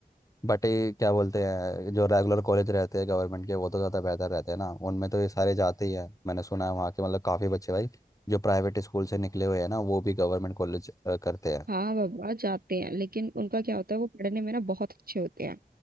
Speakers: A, on the left; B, on the right.
A: बट ये क्या बोलते हैं जो रेगुलर कॉलेज रहते हैं गवर्नमेंट के वो तो ज़्यादा बेहतर रहते हैं ना उनमें तो ये सारे जाते ही हैं मैंने सुना है वहाँ के मतलब काफ़ी बच्चे भाई जो प्राइवेट स्कूल से निकले हुए हैं ना वो भी गवर्नमेंट कॉलेज करते हैं
B: हाँ बाबा जाते हैं लेकिन उनका क्या होता है वो पढ़ने में ना बहुत अच्छे होते हैं